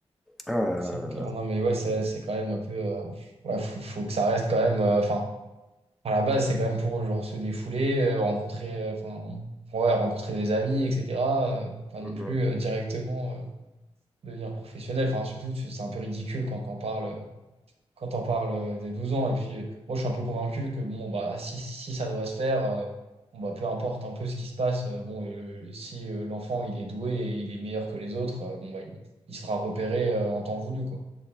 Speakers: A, in the centre; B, on the right.
A: Ah, euh,
B: C'est clair. Non mais ouais, c'est c'est quand même un peu. euh, ouais, faut, faut que ça reste quand même. euh, Enfin, à la base, c'est quand même pour genre se défouler, euh, rencontrer, euh, enfin, ouais, rencontrer des amis, etc. euh, pas
A: mm,
B: non plus
A: mm.
B: euh, directement euh, devenir professionnel. Enfin, surtout, c'est un peu ridicule quand on parle. quand on parle euh, des 12 ans. Et puis, euh, moi, je suis un peu convaincu que, bon, bah, si, si ça doit se faire, euh, bon, bah, peu importe un peu ce qui se passe, euh, bon, euh, si euh, l'enfant, il est doué et il est meilleur que les autres, euh, bon, bah, il, il se fera repérer euh, en temps voulu, quoi.